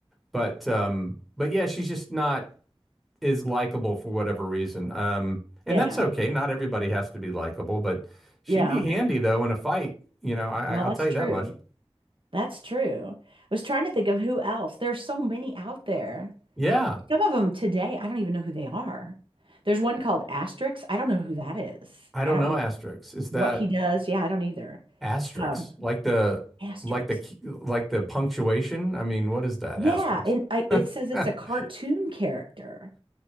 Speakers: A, in the centre; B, on the right.
A: But um, but yeah, she's just not is likable for whatever reason. Um, and
B: Yeah.
A: that's okay. Not everybody has to be likable, but she'd
B: Yeah.
A: be handy though in a fight. You know, I,
B: Well,
A: I- I'll
B: that's
A: tell you
B: true.
A: that much.
B: That's true. I was trying to think of who else. There's so many out there.
A: Yeah,
B: Some of them today, I don't even know who they are. There's one called Asterix. I don't know who that is.
A: I don't
B: I don't
A: know
B: know
A: asterisks. Is
B: what
A: that
B: he does. Yeah, I don't either.
A: asterisks
B: Um,
A: like the
B: Asterix.
A: like the key- like the punctuation? I mean, what is that
B: Yeah,
A: asterisk?
B: and I it says it's
A: <laughs>
B: a cartoon character.